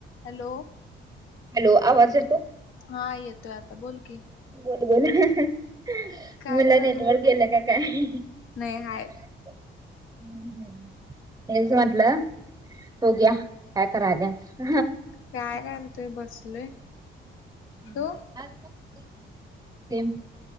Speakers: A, on the left (about 85°); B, on the right (about 20°).
A: Hello.
B: Hello, आवाज येतो?
A: हा, येतोय आता. बोल की.
B: बोल, बोल. <unintelligible>
A: काय
B: मणलं,
A: झालं
B: नेटवर्क गेलं का काय? हम्,
A: नाही हाय
B: हम. तेच म्हटलं, होग्या. काय, करायल्यात?
A: काय, करतोय? बसलोय.
B: हं,
A: तू
B: हं. <unintelligible>